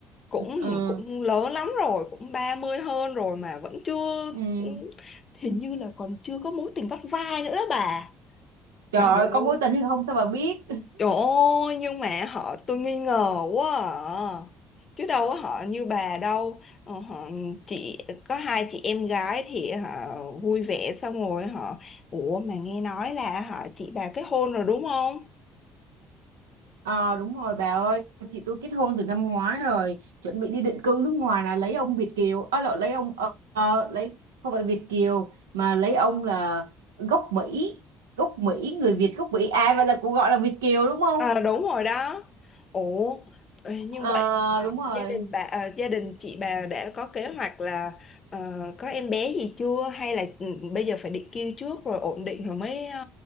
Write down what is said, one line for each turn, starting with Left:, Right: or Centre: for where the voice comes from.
Left: cũng
Right: Ờ,
Left: cũng lớn lắm rồi cũng 30 hơn rồi mà vẫn chưa
Right: ừ.
Left: hình như là còn chưa có mối tình vắt vai nữa đó bà
Right: Trời
Left: trời
Right: ơi,
Left: ơi
Right: có mối tình hay không sao bà biết
Left: Trời ơi, nhưng mà họ tôi nghi ngờ quá à. Chứ đâu có họ như bà đâu. Ờ, họ chị có hai chị em gái thì họ vui vẻ xong rồi họ ủa mà nghe nói là họ chị bà kết hôn rồi đúng không?
Right: Ờ đúng rồi bà ơi, chị tôi kết hôn từ năm ngoái rồi, chuẩn bị đi định cư nước ngoài là lấy ông Việt kiều, à, lộn, lấy ông ờ, ờ, lấy không phải Việt kiều mà lấy ông là gốc Mỹ, gốc Mỹ, người Việt gốc Mỹ. À vậy là cũng gọi là Việt kiều đúng không?
Left: Ờ đúng rồi đó. Ủa ê, như
Right: Ờ
Left: vậy là
Right: đúng rồi.
Left: gia đình bà ờ, gia đình chị bà đã có kế hoạch là ờ, có em bé gì chưa hay là ừ, bây giờ phải định kêu trước rồi ổn định rồi mới ờ,